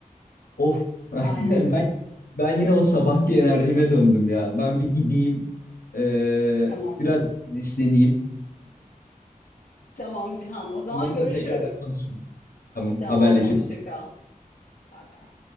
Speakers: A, on the left (about 80°); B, on the left (about 60°).
A: Of. <laughs>
B: Aynen.
A: Ben ben yine o sabahki enerjime döndüm ya. Ben bir gideyim. eee,
B: Tamam.
A: biraz güneşleneyim.
B: Tamam Cihan. O zaman
A: Ondan sonra
B: görüşürüz.
A: tekrardan konuşuruz. Tamam,
B: Tamam.
A: haberleşiriz.
B: Hoşça kal. Bay bay.